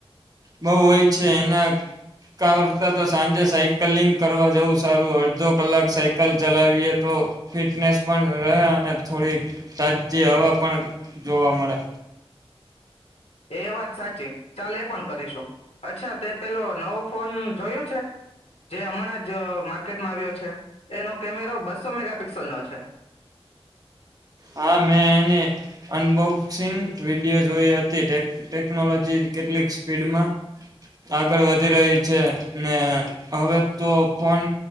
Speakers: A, on the right; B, on the left.
A: બહુ હોય છે એના કરતા તો સાંજે સાયકલિંગ કરવા જવું સારું અડધો કલાક સાયકલ ચલાવીએ તો ફિટનેસ પણ રહે અને થોડી તાજી હવા પણ જોવા મળે
B: એ વાત સાચી ચાલ એ પણ કરીશું અચ્છા તે પેલો નવો ફોન જોયયો છે જે હમણાં જ માર્કેટમાં આવ્યો છે એનો કેમેરો બસો મેગાપિક્સલ નો છે
A: હા મેં એની અનબોક્સિંગ વિડીિયો જોઈ હતી ટેકનોલોજી કેટલીક સ્પીડમાં આગળ વધી રહી છે ને હવે તો ફોન